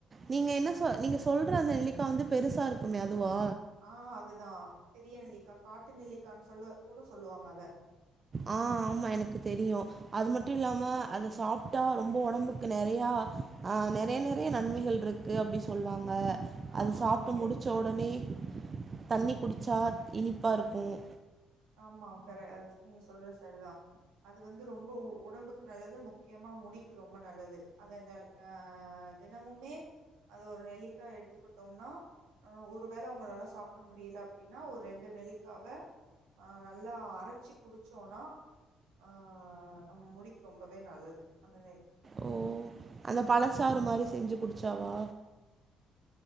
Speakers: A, on the right (about 40°); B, on the right (about 75°).
A: நீங்க என்ன சொ நீங்க சொல்ற அந்த நெல்லிக்கா வந்து பெருசா இருக்குமே அதுவா
B: ஆ அதுதா பெரிய நெல்லிக்கா காட்டு நெல்லிக்கான்னு சொல்ல கூட சொல்லுவாங்க அத
A: ஆ ஆமா எனக்கு தெரியு அது மட்டும் இல்லாம அத சாப்ட்டா ரொம்ப உடம்புக்கு நெறையா ஆ நெறைய நெறைய நன்மைகள் இருக்கு அப்டி சொல்லுவாங்க
B: ஆமா
A: அது சாப்ட்டு
B: ஷியும்
A: முடிச்ச உடனே தண்ணி குடிச்சா இனிப்பா இருக்கும்
B: ஆமா கர நீங்க சொல்ற சரிதா அது வந்து ரொம்ப உடம்புக்கு நல்லது முக்கியமா முடிக்கு ரொம்ப நல்லது அத இந்த ஆ தினமுமே அது ஒரு நெல்லிக்காய் எடுத்துக்கிட்டோம்னா ஒரு வேள உங்களால சாப்பிட முடியல அப்படின்னா ஒரு ரெண்டு நெல்லிக்காவ ஆ நல்லா அரைச்சு குடிச்சோம்னா ஆ நம்ம முடிக்கு ரொம்பவே நல்லது அந்த நெ
A: ஓ அந்த பழசாறு மாரி செஞ்சு குடுத் சவ்வா